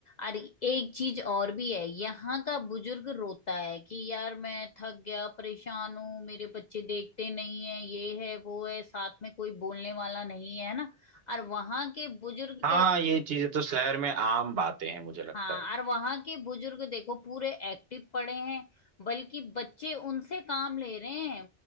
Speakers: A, on the left; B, on the right.
A: और एक चीज और भी है यहाँ का बुजुर्ग रोता है कि यार मैं थक गया परेशान हूँ मेरे बच्चे देखते नहीं है ये है वो है साथ में कोई बोलने वाला नहीं है ना और वहां के बुजुर्ग
B: हाँ ये चीजें तो शहर में आम बातें हैं मुझे लगता
A: हाँ
B: है
A: और वहां के बुजुर्ग देखो पूरे एक्टिव पड़े हैं बल्कि बच्चे उनसे काम ले रहे हैं